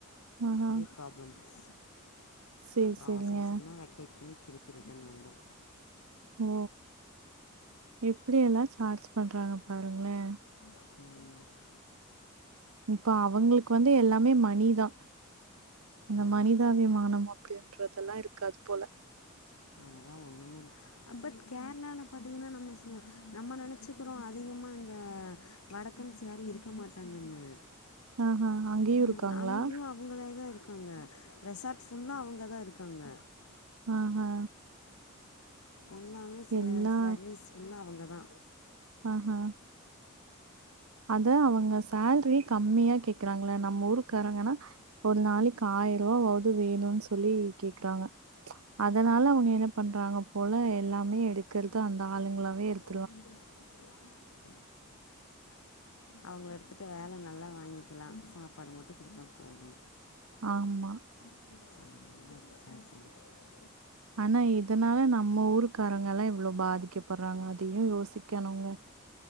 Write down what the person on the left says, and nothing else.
ஒரே ப்ராப்ளம்ஸ்
அப்ற
அவசர அவசரமா வெக்கேட் பண்ணி திருப்பி ரிட்டன் வந்தோ
உம்
ஆமாம்
அதெல்லாம் ஒன்றுமே இல்லை பட் கேரளால பாத்தீங்கன்னா நம்ம நம்ம நனச்சிக்கறோ அதிகமா இந்த வடக்கன்னஸ் யாரு இருக்க மாட்டாங்கன்னு
இங்க- அங்கேயும் அவங்களே தா இருக்காங்க ரெஸாட் ஃபுல்லா அவங்க தா இருக்காங்க
எல்லாமே ஸே
ஸர்வீஸ்ஃபுல்லா அவங்க தா
<unintelligible> அவங்கள எடுத்துட்டு வேல நல்லா வாங்கிக்கலா சாப்பாடு மட்டு குடுத்தா போது
அ <unintelligible>